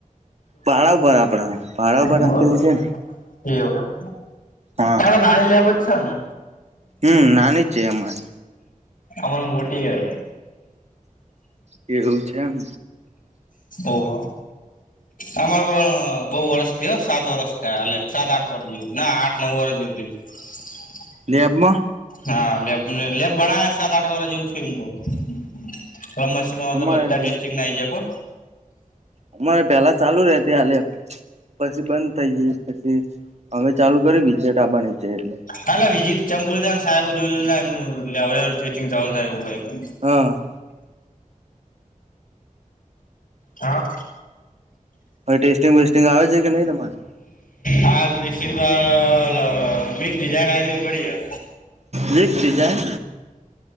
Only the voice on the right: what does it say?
પાડા ઉપર આપડા પાડા
ઉપર
રાખેલી છે.
હા
હમ્મ, નાની જ છે એમાં જ.
એવું છે એમ.
લેબમાં
અમારે
તો
અમારે પેલા ચાલુ રેતી હલે પછી બંધ થઇ ગઈ પછી. અમે ચાલુ કરી વિચેટાબા ની છે એટલે.
હા.
હવે ટેસ્ટિંગ વેસ્ટિંગ આવે છે કે નહીં તમારે?
જી ડિઝાઇન